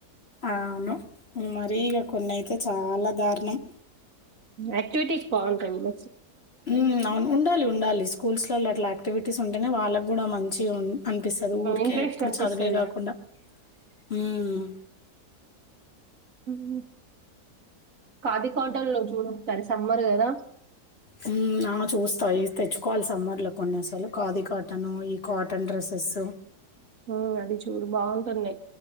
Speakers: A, on the left; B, on the right.
A: అవును. మరీ ఇగ కొన్నయితే చాలా దారుణం
B: ఆక్టివిటీస్ బాగుంటాయి విల
A: ఉమ్ అవును ఉండాలి ఉండాలి స్కూల్స్ లల్లో అట్లా యాక్టివిటీస్ ఉం అయినా వాళ్ళక్ గూడా మంచిగా ఉం అనిపిస్తది ఊర్కె
B: ఇంట్రెస్ట్
A: ఎప్పుడు
B: అనిపిస్తది
A: చదువే కాకుండా
B: కదా
A: ఉమ్
B: ఉమ్ కాదీ కాటన్లో చూడు తడి సమ్మర్ కదా
A: హ్మ్. ఆ! చూస్తా ఇవి తెచ్చుకోవాలి సమ్మర్లో కొన్ని అసలు కాదీ కాటను, ఈ కాటన్ డ్రెస్సెస్
B: హ్మ్మ్ అది చూడు బాగుంటుంది